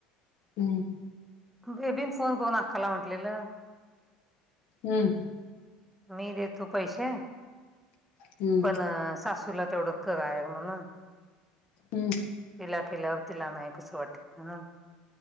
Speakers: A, on the left (about 60°); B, in the centre.
A: हम्.
B: बेबीन फोन करून अक्काला म्हटलेलं.
A: हम्म.
B: मी देतो पैसे
A: हम्म
B: पण सासूला तेवढं <unintelligible>
A: हम्म.
B: तिला केलाव तिला नाही कस वाटल? म्हणून